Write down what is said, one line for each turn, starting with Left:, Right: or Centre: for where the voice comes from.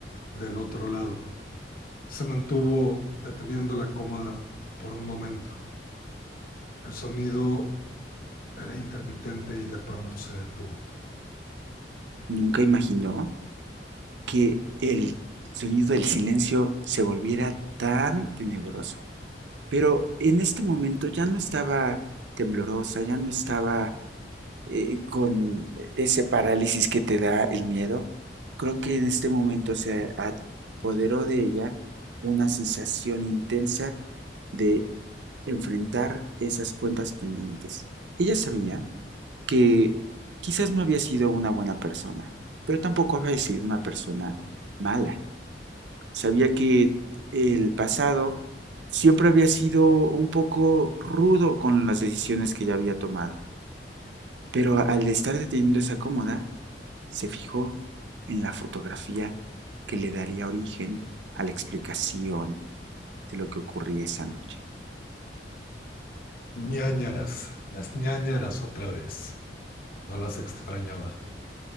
Left: del otro lado. Se mantuvo deteniendo la cómoda por un momento. El sonido era intermitente y de pronto se detuvo.
Right: nunca imaginó que el sonido del silencio se volviera tan tenebroso. Pero en este momento ya no estaba temblorosa, ya no estaba eh, con ese parálisis que te da el miedo, creo que en este momento se apoderó de ella una sensación intensa de enfrentar esas cuentas pendientes. Ella sabía que quizás no había sido una buena persona, pero tampoco había sido una persona mala. Sabía que el pasado siempre había sido un poco rudo con las decisiones que ella había tomado. Pero al estar deteniendo esa cómoda, se fijó en la fotografía que le daría origen a la explicación de lo que ocurría esa noche.
Left: Ñañaras, las ñañaras otra vez. No las extrañaba.